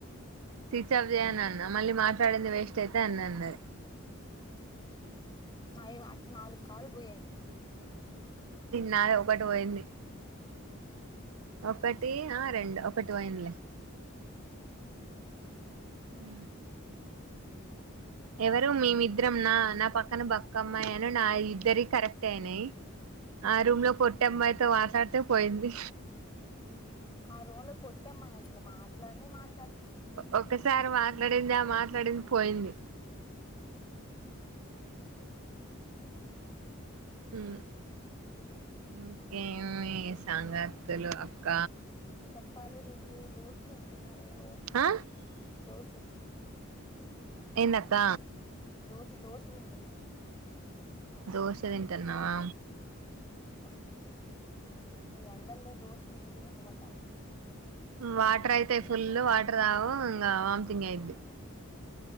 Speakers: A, on the right; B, on the left.
A: స్విచ్ ఆఫ్ చేయన అన్న మళ్ళీ మాట్లాడింది వేస్ట్ అయితే అన్న అన్నది.
B: ఉహు మైవ అటు నాలుగు కాల్ పోయాయి.
A: నాది ఒక్కటి పోయింది. ఒకటి ఆ రెండు ఒకటి పోయిందిలే ఉ ఎవరు మేమిద్దరం నా నా పక్కన బక్క అమ్మాయిను నా ఇద్దరి కరెక్ట్ అయినాయి ఆ రూమ్ లో పొట్టి అమ్మాయితో మాట్లాడితే పోయింది
B: ఆ రూమ్ లో పొట్టి అమ్మాయి అసలు మాట్లాడనే మాట
A: ఒకసారి మాట్ మాట్లాడింది ఆ మాట్లాడింది పోయింది ఉ ఇంకేమి సంగతులు అక్క
B: చెప్పాలి ఈ దోస తింటున్నా నేను
A: ఆ
B: దోస
A: ఏందక్క
B: దోస దోస తింటున్న
A: దోశ తింటన్నావా
B: ఈ ఎండల్లో దోశ తిని తిని పోతా నేను
A: వాటర్ అయితాయి ఫుల్ వాటర్ రావు ఇంకా వామ్థంగ్ అయిది